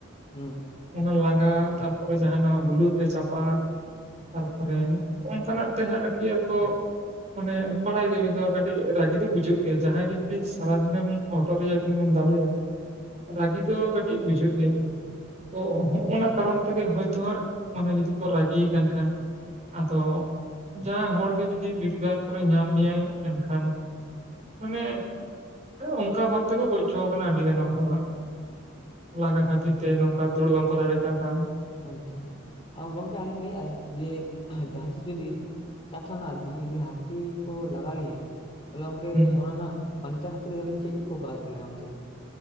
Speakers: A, on the left (about 25°); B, on the right (about 35°).
A: ᱦᱩᱸ᱾
B: ᱚᱱᱟ ᱞᱟᱜᱟ, ᱛᱟᱨᱯᱚᱨᱮ ᱡᱟᱦᱟ ᱱᱟᱣᱟ ᱦᱩᱞᱟᱹ ᱛᱮ ᱪᱟᱯᱟᱫ, ᱛᱟᱨᱯᱚᱨᱮ ᱦᱚᱜᱚᱝᱠᱟ ᱛᱮ ᱦᱟᱸᱜ ᱟᱨᱠᱤ ᱟᱨᱠᱚ ᱢᱟᱱᱮ ᱵᱟᱲᱟᱭ ᱜᱮᱭᱟᱵᱤᱱ ᱛᱚ ᱟᱨ ᱠᱟᱹᱴᱤᱡ ᱨᱟᱹᱜᱤ ᱫᱚ ᱵᱩᱡᱷᱟᱹᱜ ᱜᱮᱭᱟ ᱡᱟᱦᱟᱸᱭ ᱜᱮ ᱯᱤ ᱥᱟᱨᱟᱫᱤᱱᱮᱢ ᱦᱚᱴᱚᱨᱮᱭᱟ ᱠᱤᱢᱵᱟᱢ ᱫᱟᱞᱮᱭᱟ ᱨᱟᱹᱜᱤ ᱫᱚ ᱠᱟᱹᱴ ᱴᱤᱡ ᱵᱩᱡᱷᱟᱹᱜ ᱜᱮᱭᱟ, ᱛᱚ ᱦᱚᱸᱜᱚᱱᱟ ᱠᱟᱨᱚᱱ ᱛᱮᱜᱮ ᱦᱳᱭ ᱛᱚ ᱦᱟᱸᱜ ᱢᱟᱱᱮ ᱡᱩᱫᱤ ᱠᱚ ᱨᱟᱹᱜᱤ ᱭᱟᱠᱟᱱ ᱠᱷᱟᱱ ᱟᱫᱚ ᱡᱟᱦᱟᱸ ᱦᱚᱲᱜᱮ ᱡᱩᱫᱤ ᱵᱤᱰᱜᱟᱨ ᱠᱚᱨᱮ ᱧᱟᱢ ᱢᱮᱭᱟᱭ ᱮᱱᱠᱷᱟᱱ ᱢᱟᱱᱮ, ᱚᱝᱠᱟ ᱵᱷᱟᱵ ᱛᱮᱠᱚ ᱜᱚᱡ ᱪᱚ ᱟᱠᱟᱱᱟ ᱟᱹᱰᱤ ᱜᱟᱱ ᱦᱚᱲ ᱦᱚ ᱦᱟᱸᱜ᱾ ᱞᱟᱸᱜᱟ ᱠᱷᱟᱹᱛᱤᱨ ᱛᱮ ᱱᱚᱝᱠᱟ ᱫᱟᱹᱲ ᱵᱟᱝᱠᱚ ᱫᱟᱲᱮ ᱠᱟᱣᱫᱟ᱾
A: ᱟᱪᱪᱷᱟ, ᱟ ᱜᱚᱝᱠᱮ ᱟᱨᱤᱧ ᱞᱟᱹᱭᱮᱜ-ᱟ ᱡᱮ ᱡᱟᱦᱟᱸ ᱛᱤᱥ ᱡᱩᱫᱤ ᱠᱟᱛᱷᱟ ᱨᱮᱱᱟᱜ ᱟᱨᱠᱤ ᱡᱩᱫᱤ ᱦᱟᱹᱛᱤ ᱠᱚ ᱞᱟᱜᱟ ᱞᱮᱭᱟ᱾ ᱛᱟᱦᱚᱞᱮ ᱜᱚᱝᱠᱮ
B: ᱦᱩᱸ
A: ᱚᱱᱟ ᱨᱮᱱᱟᱜ ᱯᱟᱧᱪᱟ ᱦᱟᱹᱛᱤᱨ ᱜᱮ ᱟᱹᱞᱤᱧ ᱪᱮᱜ ᱠᱚ ᱠᱚᱨᱟᱣ ᱦᱳᱭᱳᱜ ᱛᱟᱹᱞᱤᱧᱟ ᱜᱚᱝᱠᱮ?